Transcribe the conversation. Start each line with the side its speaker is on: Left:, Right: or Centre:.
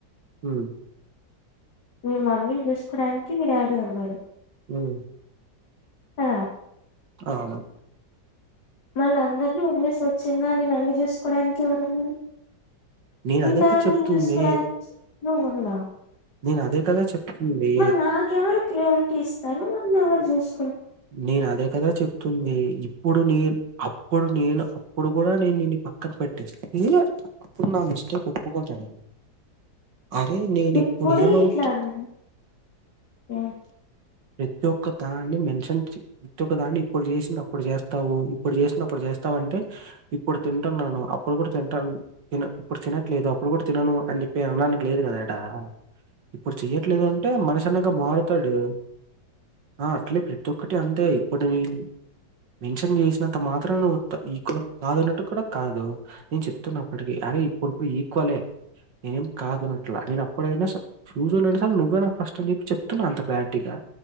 Right: మ్
Left: మీ మమ్మీని చూసుకోడానికి మీ డాడీ ఉన్నాడు
Right: మ్
Left: ఆ
Right: అవును
Left: మళ్ల అందరినీ వదిలేసి వచ్చిందానికి నన్ను చూసుకోవడానికి ఎవరు ఉన్నారు
Right: నేనదే
Left: మీ ఫ్యామిలీని
Right: కదా చెప్తుంది.
Left: చూసుకోవడానికి నువ్వు ఉన్నావ్
Right: నేనదే కదా చెప్తుంది.
Left: మరి నాకెవరు ప్రియారిటీ ఇస్తారు నన్ను ఎవరు చూసు
Right: నేను అదే కదా చెప్తుంది ఇప్పు డు నేను అప్పుడు నేను అప్పుడు కూడా నేను నిన్ను పక్కన పెట్టేస్తే అప్పుడు నా మిస్టేక్ కు ఒప్పుకుంట నేను అరే నేను
Left: ఇప్పుడే
Right: ఇప్పుడు ఏమంటూ
Left: ఇట్లా అన్నావు హ్మ్
Right: ప్రతి ఒక్క దాన్ ని మెన్షన్ ప్రతి ఒక్క దాన్ని ఇప్పుడు చేసిన అప్పుడు చేస్తావు ఇప్పుడు చేసినప్పుడు చేస్తావు అంటే ఇ ప్పుడు తింటున్నాను అప్పుడు కూడా తింటాను తిన ఇప్పుడు తినట్లేదు అప్పుడు కూడా తినను అని చెప్పే అన్డానికి లేదు కదా డా ఇప్పుడు చెయ్యట్లేదు అంటే మనిషి అన్నాక మారుతాడు ఆ అట్లే ప్రతి ఒక్కటి అంతే ఇప్పుడు నేన్ మెన్షన్ చేసినంత మాత్రనా నువ్వు ఈక్వల్ కాదున్నట్టు కూడా కాదు నేను చెప్తున్నప్పటికి అ రే ఇప్పుడిప్పుడు ఈక్వలే నేనేం కాదు అన్నట్లా నేను అప్పుడైనా స ఫ్యూచర్ లో అయినా సరే నువ్వే నా కు ఫస్ట్ అని చెప్పి చెప్తున్నా అంత క్లారిటీగా